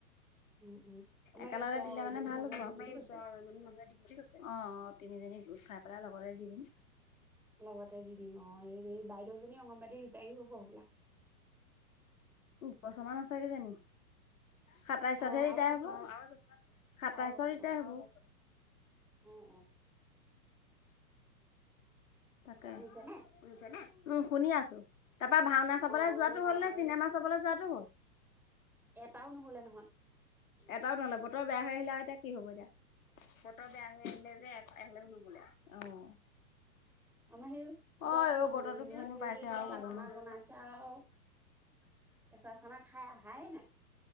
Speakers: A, in the centre; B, on the left.
A: উম, উম, আমাৰ
B: একেলগতে
A: এই ওচৰৰ
B: দিলে
A: আৰু এজনী
B: মানে ভাল
A: মানুহে
B: হ'ব
A: দিম
B: আম
A: বুলি কৈছে।
B: ওচ এম বুলি কৈছে অ অ তিনি এ খাই পেলাই লগতে দি দিম
A: লগতে দি দিম অ এই বাইদেউজনী অংগনবাাদী ৰিটায়ো হব হবলা
B: বছমান আ চাগে জানি সাতাইছত
A: অ',
B: হেই
A: আৰু এবছৰ
B: হ
A: আছে।
B: সাতাইশৰ
A: আৰু এবছৰ
B: ৰিটাৰ
A: অ',
B: হব
A: অ', অ',
B: তাকে
A: শুনিছেনে?
B: বুজিছনে উম শুনি আছো তাপা ভাওনা চাবলৈ
A: অ', অ',
B: যোৱাটো
A: এই
B: হল ন চিনেমা চাবালে যোৱাটো হল
A: এটাও নহলে নহয়
B: এটাও নললে বতৰ বেয়া হৈ আহিলে এয়া কি হব এতিয়া বতৰ বেয়া হৈ আহিলে যে একেলগে ঘুৰি গলে আওঁ অ
A: আমাৰ সেই উচ
B: অ
A: মানুজনীৰ
B: বতৰটো কিনো
A: ঘৰত হেই
B: পাইছে আৰু
A: কেঁচা
B: ক'ব
A: চানা
B: নোৱাৰো
A: বনাইছে আৰু কেঁচা চানা খাই অহাইে নাই